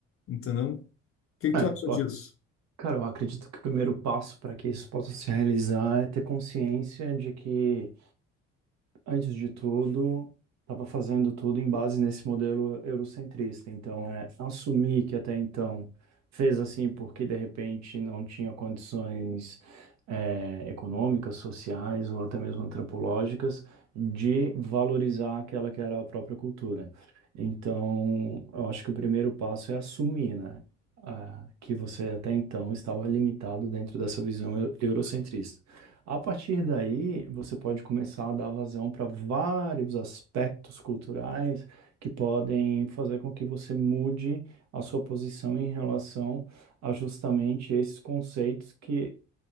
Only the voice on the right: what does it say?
É,
eu-
ac- cara, eu acredito que o primeiro passo para que isso possa se realizar é ter consciência de que antes de tudo, estava fazendo tudo em base nesse modelo eurocentrista. Então, é assumir que até então fez assim porque de repente não tinha condições é, econômicas, sociais ou até mesmo antropológicas de valorizar aquela que era a própria cultura. Então, eu acho que o primeiro passo é assumir, né? ah, que você até então estava limitado dentro dessa visão eu- eurocentrista. A partir daí, você pode começar a dar vazão para vários aspectos culturais que podem fazer com que você mude a sua posição em relação a justamente esses conceitos que,